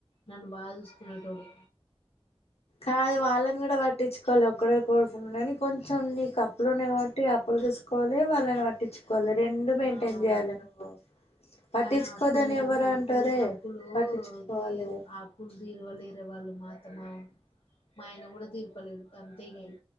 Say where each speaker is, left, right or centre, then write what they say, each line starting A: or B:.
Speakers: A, on the left; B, on the left.
A: నన్ను బాగా చూసుకునేటోడు
B: కాదు వాళ్ళని కూడ పట్టించుకోవాలే ఒకడే కొడుకు కాని కొంచెం నీకు అప్పులున్నయి కాబట్టి అప్పులు చూస్కో కోవాలే వాళ్ళని పట్టించుకోవాలే రెండు మెయింటైన్
A: ఆ
B: చేయాలి నువ్వు పట్టించుకోదని
A: కానీ అప్పులు
B: ఎవరు అంటారే
A: అప్పులు
B: పట్టించుకోవాలి
A: తీరు ఆ అప్పులు తీర్వలేరు వా వాళ్ళు మా అత్త మామ మా ఆయన కూడ తీర్పలేడు అంతే ఇగ అయ్యి